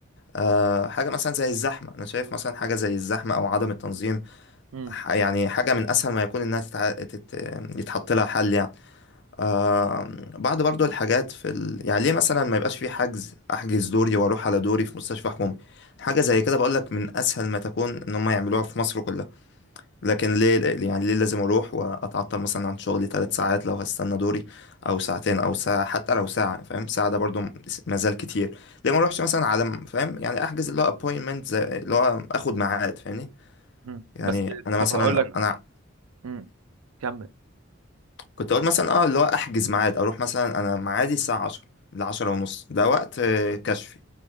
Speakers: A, on the left (about 55°); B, on the right (about 75°).
A: آه، حاجة مثلا زي الزحمة أنا شايف مثلا حاجة زي الزحمة أو عدم التنظيم
B: مم.
A: ح- يعني حاجة من أسهل ما يكون إنها تتع... تت... يتحط لها حل يعني آه بعد برضو الحاجات في ال... يعني ليه مثلا ما يبقاش في حجز أحجز دوري وأروح على دوري في مستشفى حكومي حاجة زي كده بقولك من أسهل ما تكون إن هم يعملوها في مصر كلها لكن ليه يعني ليه لازم أروح وأتعطل مثلا عن شغلي ثلاث ساعات لو هستنى دوري أو ساعتين أو ساعة حتى لو ساعة فاهم ساعة ده برضو مازال كتير ليه ما أروحش مثلا على فاهم يعني أحجز اللي هو أبوينتمنت زي اللي هو آخد ميعاد فاهمني
B: مم.
A: يعني
B: بس
A: أنا
B: طب
A: مثلا
B: هقول لك
A: أنا
B: مم. كمل
A: كنت اقول مثلا اه اللي هو احجز ميعاد اروح مثلا انا ميعادي الساعه 10 ل 10 ونص ده وقت آه، كشفي